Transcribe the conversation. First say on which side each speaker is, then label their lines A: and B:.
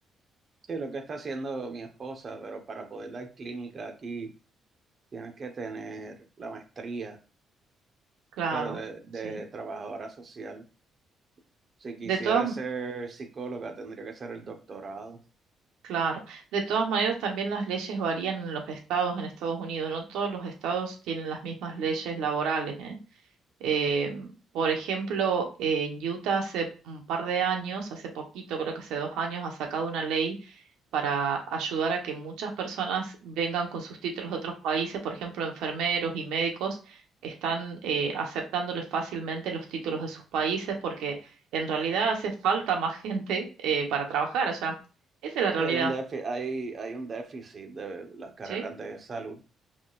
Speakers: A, on the right; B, on the right.
A: Sí, lo que está haciendo mi esposa, pero para poder dar clínica aquí tienes que tener la maestría,
B: Claro,
A: pero de, de
B: sí.
A: trabajadora social. Si quisiera
B: De todas,
A: ser psicóloga, tendría que ser el doctorado.
B: claro. De todas maneras, también las leyes varían en los estados en Estados Unidos. No todos los estados tienen las mismas leyes laborales, ¿eh? Eh, por ejemplo, en Utah hace un par de años, hace poquito, creo que hace dos años, ha sacado una ley para ayudar a que muchas personas vengan con sus títulos de otros países, por ejemplo, enfermeros y médicos están eh, aceptándoles fácilmente los títulos de sus países porque en realidad hace falta más gente eh, para trabajar allá. Esa es la realidad,
A: Sí, hay un déficit, hay, hay un déficit de las carreras
B: ¿sí?
A: de salud,